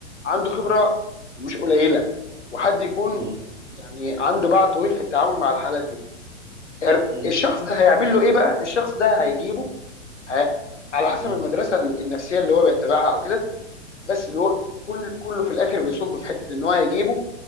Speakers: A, on the left; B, on the right.
A: عنده خبره مش قليله وحد يكون
B: مم.
A: يعني عنده باع طويل في التعامل مع الحالات دي ار-
B: مم.
A: الشخص ده هيعمل له ايه بقى الشخص ده هيجيبه ه... على حسب
B: مم.
A: المدرسه النفسيه اللي هو بيتبعها او كده بس اللي هو كل كله في الاخر بيصب في حته ان هو هيجيبه